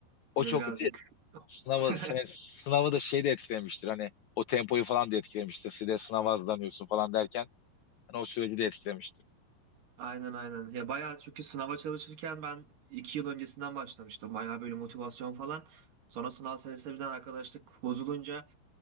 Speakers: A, on the left; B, on the right.
A: O
B: Bir
A: çok
B: de birazcık
A: bir de sınavı
B: <laughs>
A: sene- sınavı da şey de etkilemiştir hani o tempoyu falan da etkilemiştir. Size sınava hazırlanıyorsun falan derken Yani o süreci de etkilemiştir.
B: aynen aynen. Ya bayağı çünkü sınava çalışırken ben 2 yıl öncesinden başlamıştım. Bayağı böyle motivasyon falan. Sonra sınav senesi birden arkadaşlık bozulunca